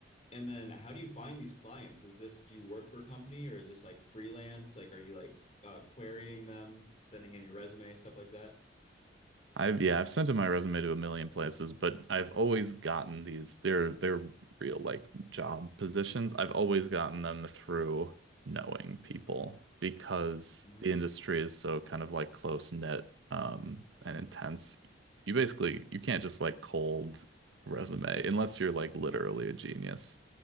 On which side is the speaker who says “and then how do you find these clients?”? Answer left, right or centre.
Left